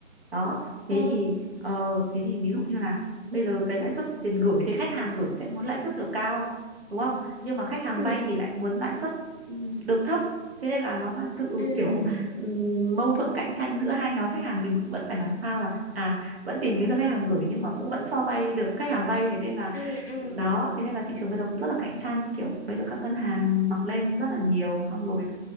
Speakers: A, on the right; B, on the left.
A: đó thế
B: Ờ,
A: thì ờ, thế thì ví dụ như là bây giờ cái lãi suất tiền gửi thì khách hàng gửi sẽ muốn lãi suất được cao đúng không nhưng mà khách hàng
B: ừ
A: vay thì lại muốn lãi suất ừ, được thấp thế nên là nó là sự
B: ừ
A: kiểu ừm, mâu thuẫn cạnh tranh giữa hai nhóm khách hàng mình cũng vẫn phải làm sao là à vẫn tìm kiếm được khách hàng gửi nhưng mà cũng vẫn cho vay được khách hàng vay thế nên là
B: ừ ừ
A: đó thế nên là thị trường bây giờ cũng rất là cạnh tranh kiểu bây giờ các ngân hàng mọc lên rất là nhiều xong rồi